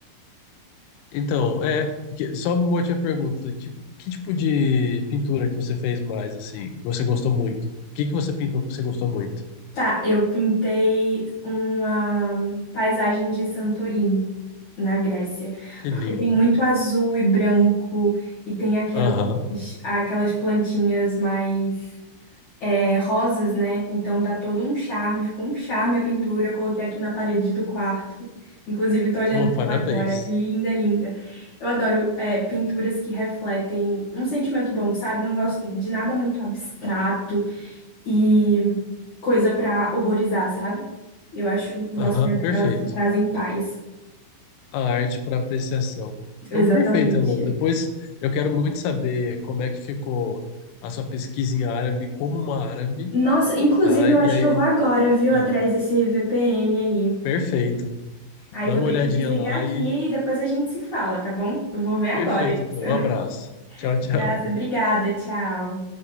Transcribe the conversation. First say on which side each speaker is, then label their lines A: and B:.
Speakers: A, on the left; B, on the left.
A: Então, é, que- só uma última pergunta, que, que tipo de pintura que você fez mais assim, que você gostou muito? O que que você pintou que você gostou muito?
B: Tá, eu pintei uma paisagem de Santorini, na Grécia,
A: Que
B: porque
A: lindo.
B: tem muito azul e branco, e tem aquelas,
A: Aham.
B: aquelas plantinhas mais é, rosas, né? Então dá todo um charme, ficou um charme a pintura, eu coloquei aqui na parede do quarto. Inclusive, tô olhando
A: Oh,
B: pra
A: parabéns.
B: ela agora, linda, linda. Eu adoro é, pinturas que refletem um sentimento bom, sabe? Não gosto de nada muito abstrato e coisa pra horrorizar, sabe? Eu acho,
A: Aham,
B: gosto mais
A: perfeito.
B: daquelas que trazem paz.
A: a arte para apreciação. Então,
B: Exatamente.
A: perfeito, Elô. Depois eu quero muito saber como é que ficou a sua pesquisa em árabe, como uma árabe,
B: Nossa, inclusive
A: tá?
B: eu
A: E
B: acho
A: aí,
B: que eu vou agora, viu,
A: ó,
B: atrás desse VPN aí.
A: perfeito.
B: Aí
A: Dá
B: vou
A: uma
B: ter
A: olhadinha
B: que desligar
A: lá
B: aqui
A: e
B: e depois a gente se fala, tá bom? Eu vou ver agora
A: perfeito,
B: isso.
A: então. Um abraço.
B: <laughs>
A: Tchau, tchau.
B: Abraço, obrigada, tchau.